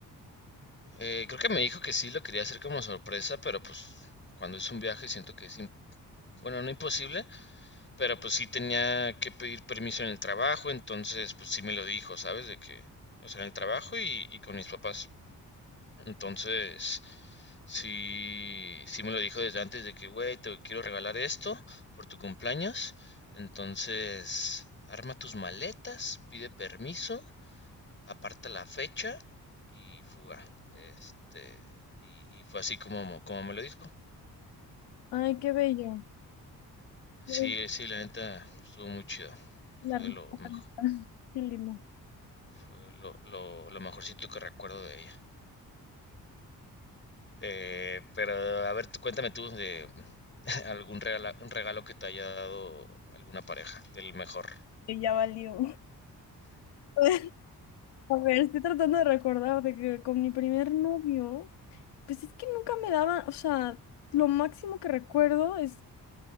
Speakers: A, on the left (about 30°); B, on the left (about 80°).
A: Eh, creo que me dijo que sí lo quería hacer como sorpresa, pero pues cuando es un viaje siento que es, im- bueno, no imposible, pero pues sí tenía que pedir permiso en el trabajo, entonces pues sí me lo dijo, ¿sabes? De que, o sea, en el trabajo y, y con mis papás. Entonces, sí, sí me lo dijo desde antes de que, güey, te quiero regalar esto por tu cumpleaños. Entonces, arma tus maletas, pide permiso aparta la fecha y fuga. Este, y, y fue así como, como me lo dijo.
B: Ay, qué bello. Qué bello.
A: Sí, sí, la neta estuvo muy chido.
B: La
A: Fue
B: rica,
A: lo mejor,
B: la neta. <laughs> Qué lindo.
A: fue lo, lo, lo mejorcito que recuerdo de ella. Eh, pero a ver, tú, cuéntame tú de <laughs> algún regalo, un regalo que te haya dado alguna pareja, del mejor.
B: Que ya valió. <laughs> A ver, estoy tratando de recordar de que con mi primer novio, pues es que nunca me daban, o sea, lo máximo que recuerdo es,